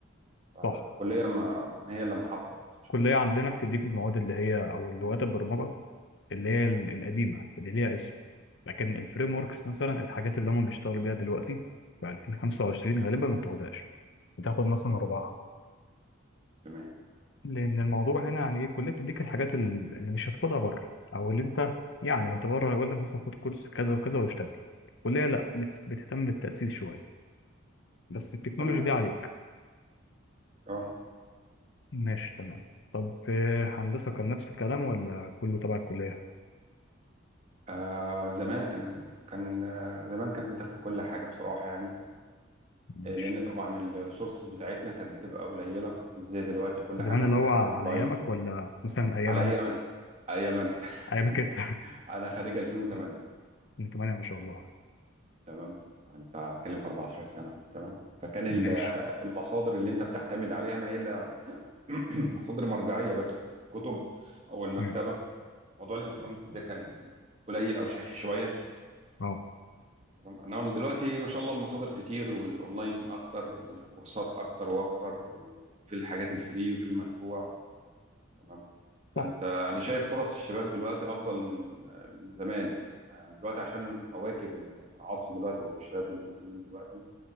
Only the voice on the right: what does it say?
الكليه ما ما هي الا محطه بس مش
اكتر
تمام
تمام
اه
آه زمان كان كان آه زمان كان بتاخد كل حاجة بصراحة يعني
آه لأن طبعا الريسورسز بتاعتنا كانت بتبقى قليلة مش زي دلوقتي كل
حاجة متاحة
أونلاين
على
أي أمل أي أمل
<laughs> أنا خريج 2008
تمام يعني بتاع بتكلم في 14 سنه تمام فكان ال-
المصادر اللي انت بتعتمد عليها ما الا <clears throat> مصادر مرجعيه بس كتب او المكتبه
موضوع الانترنت ده كان قليل او شحيح شويه
تمام انما دلوقتي ما شاء الله المصادر كتير والاونلاين اكتر والكورسات اكتر واكتر وفي الحاجات الفري وفي المدفوع تمام فانت
انا شايف فرص الشباب دلوقتي افضل من من زمان يعني دلوقتي عشان اواكب العصر دلوقتي والشباب الموجودين دلوقتي